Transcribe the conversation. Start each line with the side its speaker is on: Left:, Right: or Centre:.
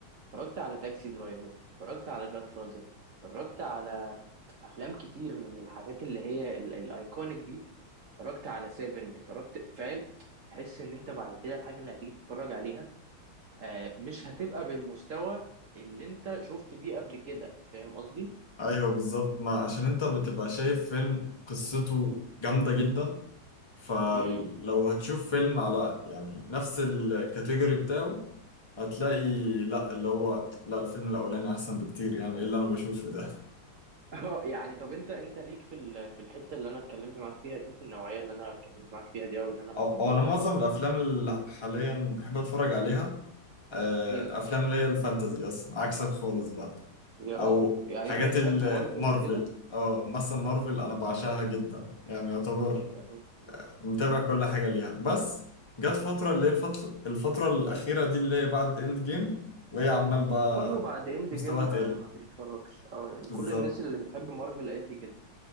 Right: اتفرجت على تاكسي درايفر اتفرجت على جاد فازر اتفرجت على افلام كتير من الحاجات اللي هي ال- الايكونيك دي اتفرجت على سيفن اتفرجت فاهم تحس ان انت بعد كده الحاجه اللي هتيجي تتفرج عليها آه، مش هتبقى بالمستوى اللي انت شفت بيه قبل كده فاهم قصدي
Left: أيوه بالظبط ما عشان أنت بتبقى شايف فيلم قصته جامدة جدا فلو
Right: امم
Left: هتشوف فيلم على يعني نفس الكاتيجوري بتاعه هتلاقي لا اللي هو لا الفيلم الأولاني أحسن بكتير يعني إيه اللي أنا بشوفه ده
Right: <laughs> اه يعني طب انت انت ليك في ال- في الحته اللي انا اتكلمت معاك فيها دي في النوعيه اللي انا اتكلمت معاك فيها دي او اللي انا بفضلها
Left: أو أو أنا معظم
Right: دي
Left: الأفلام اللي حاليا بحب أتفرج عليها آه،
Right: امم
Left: أفلام اللي هي الفانتازي أصلا عكسك خالص بقى
Right: يا راجل
Left: او
Right: يعني
Left: حاجات
Right: انت بتحب
Left: المارفل
Right: مارفل وكده
Left: اه مثلا مارفل انا بعشقها
Right: امم
Left: جدا يعني يعتبر
Right: يا راجل
Left: متابع كل حاجه ليها بس جت فتره اللي هي الفتره الفتره الاخيره دي اللي هي بعد اند جيم وهي عمال بقى
Right: ما هو كله بعد اند
Left: مستواها
Right: جيم
Left: تقل
Right: ما ما بيتفرجش اه يعني
Left: بالظبط
Right: كل الناس اللي بتحب مارفل قالت لي كده